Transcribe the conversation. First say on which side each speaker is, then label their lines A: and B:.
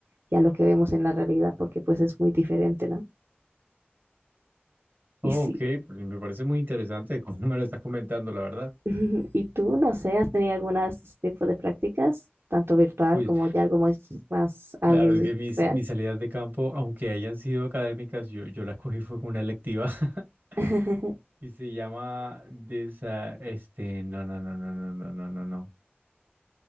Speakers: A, on the right; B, on the right.
A: y a lo que vemos en la realidad, porque pues es muy diferente, ¿no? Y
B: Ok,
A: sí,
B: pues me parece muy interesante cómo <laughs> me lo estás comentando, la verdad.
A: <laughs> ¿Y tú, no sé, has tenido alguna de estos tipos de prácticas, tanto virtual
B: Uy,
A: como ya algo más, más al
B: claro, es que mis,
A: real?
B: mis salidas de campo, aunque hayan sido académicas, yo, yo las cogí fue con una electiva <laughs>
A: <laughs>
B: y se llama desa, este, no, no, no, no, no, no, no, no, no. no.